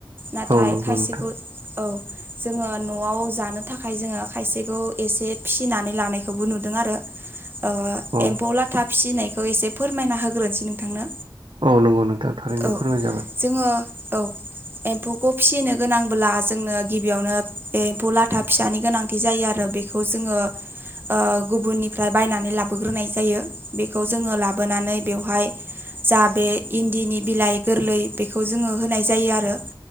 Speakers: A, on the right; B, on the right.
A: नाथाय
B: औ नंगौ
A: खायसेखौ
B: नोंथां
A: औ, ‌जोङो न'आव जानो थाखाय जोङो खायसेखौ एसे फिसिनानै लानाय बेखौबो नुदों आरो ओ
B: औ
A: एम्फौ लाथा फिसिनायखौ एसे फोरमायना होग्रोनोसै नोंथांनो।
B: औ, नंगौ नोंथां थारैनो
A: औ
B: फोरमाय जागोन।
A: जोङो औ एम्फौखौ फिसिनो गोनांब्ला जोंनो गिबियावनो एम्फौ लाथा फिसानि गोनांथि जायो आरो। बे बेखौ जोङो ओ गुबुननिफ्राय बायनानै लाबोग्रोनाय जायो। बेखौ जोङो लाबोनानै बेवहाय जा बे इन्दिनि बिलाइ गोरलै बेखौ जोङो होनाय जायो आरो।